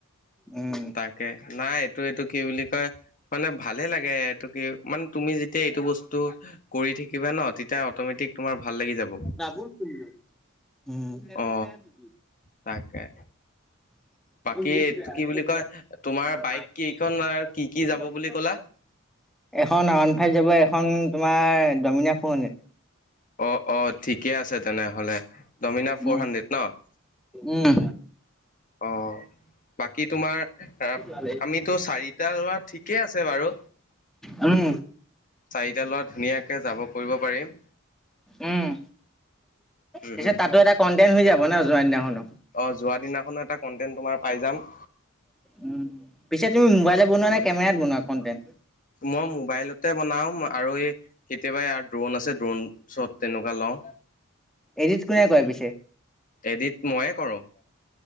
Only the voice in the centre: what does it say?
উম,
ক'ত গ'লি? উম
<inaudible>
এখন ওৱান ফাইভ যাব, এখন তোমাৰ ড'মিনা ফ'ৰ হাণ্ড্ৰেড।
উম
উম।
<inaudible>
আমি
উম,
পিছে
তাতো এটা কন্টেট হৈ যাব ন', যোৱা দিনাখনো?
উম, পিছে তুমি মোবাইলত বনোৱা নে কেমেৰাত বনোৱা কনটেণ্ট?
এডিট কোনে কৰে পিছে